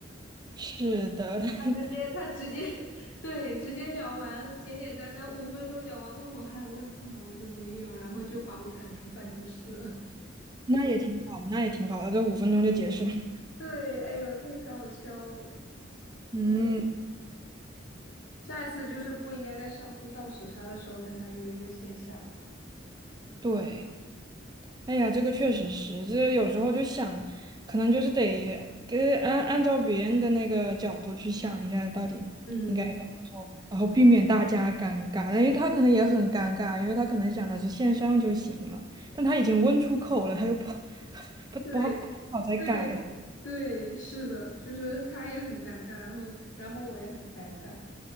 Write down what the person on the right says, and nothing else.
是的，<laughs>
那也挺好，那也挺好的，这五分钟就结束了。
嗯，
对，哎呀，这个确实是，这有时候就想，可能就是得给按按照别人的那个角度去想一下，到底
应该怎么做，然后避免大家尴尬，因为他可能也很尴尬，因为他可能想的是线上就行了，但他已经问出口了，他又不 <laughs> 不不好不好再改了。